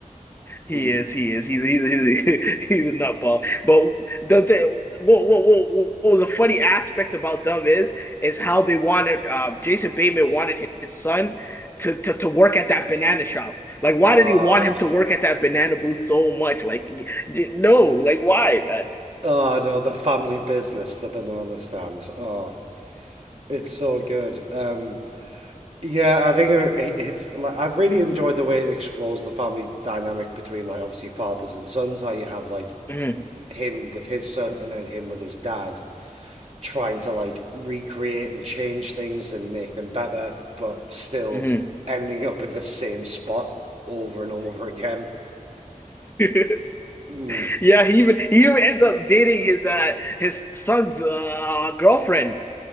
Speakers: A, on the left; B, on the right.
A: He
B: Mm.
A: is. He is. He's a, he's a, he's a, <laughs> he's a nutball. But the, the what, what what what was a funny aspect about them is is how they wanted uh, Jason Bateman wanted his son to, to to work at that banana shop. Like, why
B: Oh,
A: did he want him to work at that banana booth so much? Like, no. Like, why,
B: oh no, the family business, the banana stand. Oh, it's so good. Um, yeah, I think uh, it- it's like I've really enjoyed the way it explores the family dynamic between like obviously fathers and sons. How you have like
A: man?
B: him with his son and then him with his dad trying to like recreate and change things and make them better, but still
A: Mm-hmm, mm-hmm.
B: ending up in the same spot over and over again.
A: <laughs>
B: Mm.
A: Yeah, he even he even ends up dating his uh his son's uh girlfriend